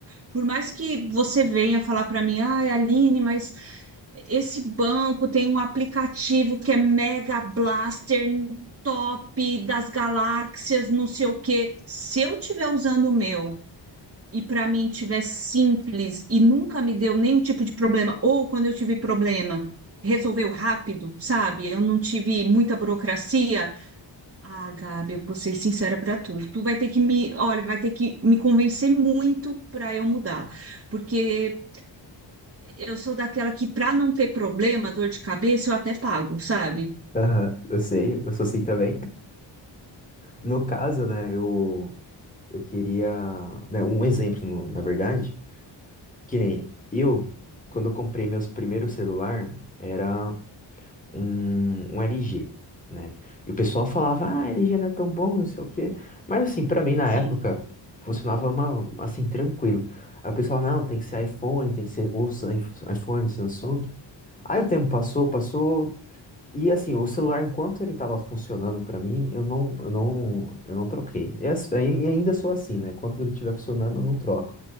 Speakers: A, on the right; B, on the left.
A: Por mais que você venha falar para mim, ai, Aline, mas Esse banco tem um aplicativo que é Mega Blaster top das galáxias, não sei o quê. Se eu tiver usando o meu e para mim tiver simples e nunca me deu nenhum tipo de problema, ou quando eu tive problema, resolveu rápido, sabe? Eu não tive muita burocracia. Ah, Gabi, eu vou ser sincera para tu. Tu vai ter que me, olha, vai ter que me convencer muito para eu mudar, porque eu sou daquela que, para não ter problema, dor de cabeça, eu até pago, sabe?
B: Aham, eu sei, eu sou assim também. No caso, né, eu, eu queria, né, um exemplo, no- na verdade. Que nem eu, quando eu comprei meus primeiros celular, era um, um LG, né? E o pessoal falava, ah, LG não é tão bom, não sei o quê. Mas assim, pra mim na
A: Sim,
B: época, funcionava uma, assim, tranquilo. Aí o pessoal, não, tem que ser iPhone, tem que ser ou Sam- iPhone, Samsung. Aí o tempo passou, passou, e assim, o celular, enquanto ele tava funcionando pra mim, eu não, eu não, eu não troquei. E ass- e ainda sou assim, né? Enquanto ele estiver funcionando, eu não troco.